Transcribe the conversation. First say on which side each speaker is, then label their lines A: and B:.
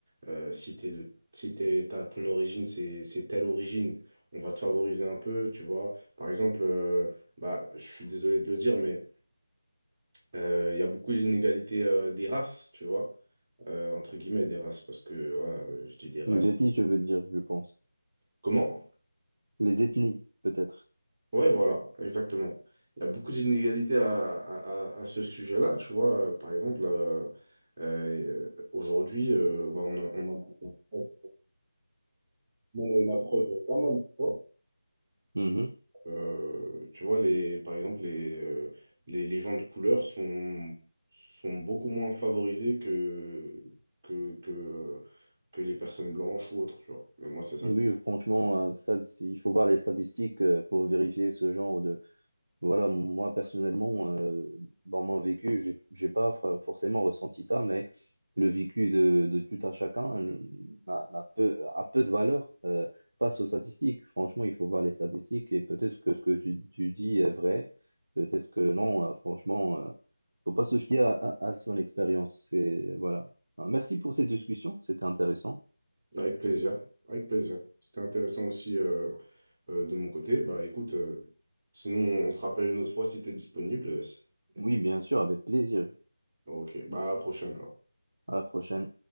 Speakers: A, on the right; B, on the right.
A: euh, si t'es de... si t'es- t'as- ton origine, c'est c'est telle origine, on va te favoriser un peu, tu vois. Par exemple, euh, bah, je suis désolé de le dire, mais euh, il y a beaucoup d'inégalités euh, des races, tu vois. Euh, entre guillemets, des races, parce que, voilà, je dis des races.
B: Les ethnies, je veux dire, je pense.
A: Comment?
B: Les ethnies, peut-être.
A: Ouais, voilà, exactement. Il y a beaucoup d'inégalités à, à- à- à ce sujet-là, tu vois. Euh, Par exemple, euh, euh, aujourd'hui, euh, bah, on a, on a- on en a eu la preuve pas mal de fois.
B: Mhm.
A: Euh, tu vois, les, par exemple, les, euh, les, les gens de couleur sont, sont beaucoup moins favorisés que, que, que, euh, que les personnes blanches ou autres, tu vois. Mais moi, c'est ça.
B: Oui,
A: que-
B: franchement, euh, ça, c'est- il faut voir les statistiques euh, pour vérifier ce genre de, Voilà, moi personnellement, euh, dans mon vécu, j'ai j'ai pas fra- forcément ressenti ça, mais le vécu de, de tout un chacun euh, n'a- n'a peu, a peu de valeur euh, face aux statistiques. Franchement, il faut voir les statistiques et peut-être que ce que tu, tu dis est vrai, peut-être que non. euh, franchement, euh, faut pas se fier à, à- à son expérience. C'est- Voilà. Alors, Merci pour cette discussion, c'était intéressant.
A: Avec plaisir, avec plaisir. C'était intéressant aussi. euh, Euh, de mon côté, bah écoute, euh, sinon on se rappelle une autre fois si tu es disponible. euh, et
B: Oui,
A: puis,
B: bien sûr, avec plaisir.
A: voilà. ok, bah à la prochaine alors.
B: À la prochaine.